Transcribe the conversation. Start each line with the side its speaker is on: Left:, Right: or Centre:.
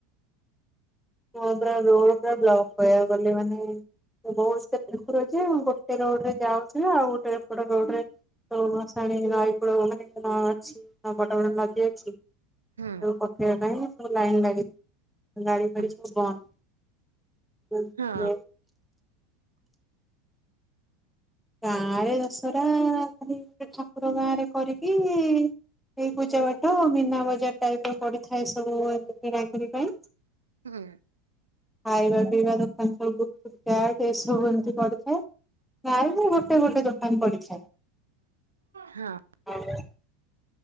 Centre: ହ ପୁରା ରୋଡ ପୁରା ବ୍ଲକ୍ କହିବକୁ ଗଲେ ମାନେ ବହୁତ <unintelligible> ଅଛି। ସେ ରୋଡ୍ ରେ ଯାଉ ଥିଲା, ଆଉ ଗୋଟେ ରୋଡ ରେ ସବୁ ଭାସାଣି ନଈପୋଡ ମାନେ ନଁ ଅଛି ହଁ ବଡ ବଡ ନଦୀ ଅଛି।
Right: ହୁଁ
Centre: ସବୁ ପକେଇବା ପାଇଁ ସବୁ ଲାଇନ୍ ଲାଗିଛି, ଗାଡି
Right: ହଁ
Centre: ଫାଡ଼ି ସବୁ ବନ୍ଦ। ହୁଁ ସେ
Right: ହଁ
Centre: ଗାଁ ରେ ଦଶରା ଖାଲି ଗୋଟେ ଠାକୁର ଗାଁରେ କରିକି ଏଇ ପୂଜା ପାଠ ମୀନା ବଜାର ଟାଇପ୍ ପଡିଥାଏ ସବୁ କିଣାକଣି ପାଇଁ।
Right: ହୁଁ।
Centre: ଖାଇବା ପିଇବା ଦୋକାନ ସବୁୁଟ ଏସବୁ ଏମିତି ପଡ଼ିଥାଏ। ଗାଁରେ ବି ଗୋଟେ ଗୋଟେ ଦୋକାନ ପଡିଥାଏ।
Right: ହଁ।
Centre: <unintelligible>